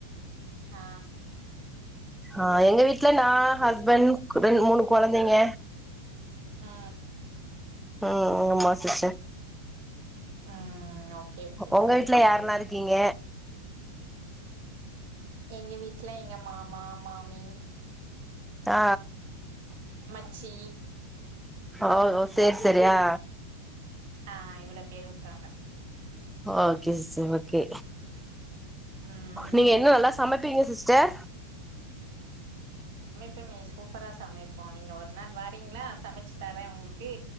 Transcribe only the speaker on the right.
ஆ
ஆ
ம் ஓகே ஓகே
எங்க வீட்ல எங்க மாமா மாமி
மச்சி
ஆ இவ்ளோ பேர்ருக்காங்க
ம்
பெம்மே சூப்பரா சமைப்போ நீங்க ஒரு நாள் வாரீங்ளா சமச்சு தர ஒங்ளுக்கு